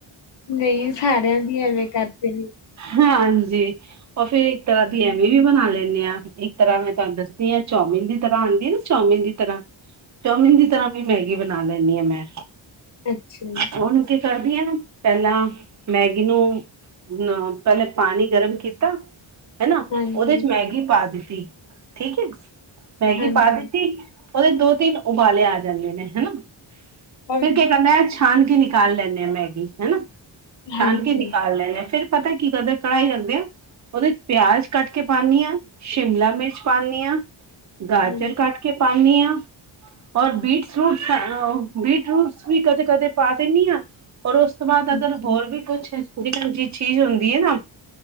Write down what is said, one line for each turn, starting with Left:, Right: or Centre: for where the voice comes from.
Left: ਨ‌ਈ ਸਾਰਿਆਂ ਦੀ ਐਵੇ ਕਰਦੇ ਨੇ।
Right: ਹਾਜੀ। ਉਹ ਫੇਰ ਇੱਕ ਤਰ੍ਹਾਂ ਦੀ ਐਮੀ ਵੀ ਬਣਾ ਲੈਣੇ ਆ ਇੱਕ ਤਰ੍ਹਾਂ ਮੈਂ ਤੁਹਾਨੂੰ ਦੱਸਦੀ ਆ ਚਾਓਮਿਨ ਦੀ ਤਰ੍ਹਾਂ ਆਦੀ ਐ ਨਾ। ਚਾਓਮਿਨ ਦੀ ਤਰ੍ਹਾਂ ਚਾਓਮਿਨ ਦੀ ਤਰ੍ਹਾਂ ਵੀ ਮੈਗੀ ਬਣਾ ਲੈਨੀ ਆ ਮੈਂ।
Left: ਅੱਛਾ,
Right: ਹੁਣ ਕੀ ਕਰਦੀ ਆ ਪਹਿਲਾ ਮੈਗੀ ਨੂੰ ਨਾ ਪਹਿਲੇ ਪਾਣੀ ਗਰਮ ਕੀਤਾ। ਹਨਾ
Left: ਹਾਂਜੀ,
Right: ਉਹਦੇ ਚ ਮੈਗੀ ਪਾ ਦਿੱਤੀ ਠੀਕ ਹੈ ਮੈਗੀ
Left: ਹਾਂਜੀ,
Right: ਪਾ ਦਿੱਤ ਉਹਦੇ ਦੋ-ਤਿੰਨ ਉਬਾਲੇ ਆ ਜਾਂਦੇ ਨੇ ਹਨਾ
Left: ਹਾਂਜੀ,
Right: ਫੇਰ ਕੀ ਕਿੰਰਨੈ ਛਾਨ ਕੇ ਨਿਕਾਲ ਲੈਂਦੇ ਹਾਂ ਮੈਗੀ ਹਨਾ
Left: ਹਾਂਜੀ,
Right: ਛਾਨ ਕੇ ਨਿਕਾਲ ਲੈਂ ਹਾਂ ਫਿਰ ਪਤਾ ਕਿ ਕਰਦੇ ਕੜ੍ਹਾਈ ਰਖਦੇ ਆ। ਉਹਦੇ ਚ ਪਿਆਜ ਕੱਟ ਕੇ ਪਾਣੀ ਹਾਂ, ਸ਼ਿਮਲਾ ਮਿਰਚ ਪਾਣੀ ਹਾਂ, ਗਾਜਰ
Left: ਹਾਂਜੀ,
Right: ਕੱਟ ਕੇ ਪਾਣੀਆ। ਔਰ ਬੀਟ ਫੂਟ <inaudible> ਬੀਟ ਰੂਟਸ ਵੀ ਕਦੇ ਕਦੇ ਪਾ ਦਿੰਨੀ ਹਾਂ। ਹੋਰ ਉਸ ਤੋਂ ਬਾਅਦ ਅਗਰ
Left: ਅੱਛਾ,
Right: ਹੋਰ ਵੀ ਕੁਛ ਜੇਕਰ <unintelligible> ਜਿ ਚੀਜ਼ ਹੁੰਦੀ ਹੈ ਨਾ